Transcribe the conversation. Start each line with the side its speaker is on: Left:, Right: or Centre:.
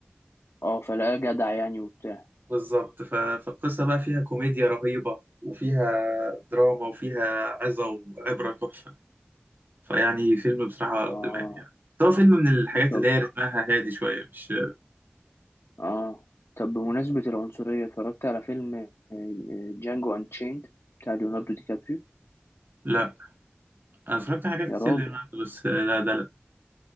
Left: اه فلقاه جدع يعني وبتاع
Right: بالظبط ف... فالقصة بقى فيها كوميديا رهيبة وفيها دراما وفيها عظة وعبرة تحفة فيعني فيلم بصراحة
Left: اه
Right: دماغي يعني بس هو فيلم من الحاجات
Left: طب
Right: اللي هي رتمها هادي شوية مش
Left: اه طب بمناسبة العنصرية اتفرجت على فيلم جانجو انشيند بتاع ليوناردو دي كابريو
Right: لا أنا اتفرجت على حاجات
Left: يا
Right: كتير
Left: راجل
Right: لليوناردو بس آه، لا ده لا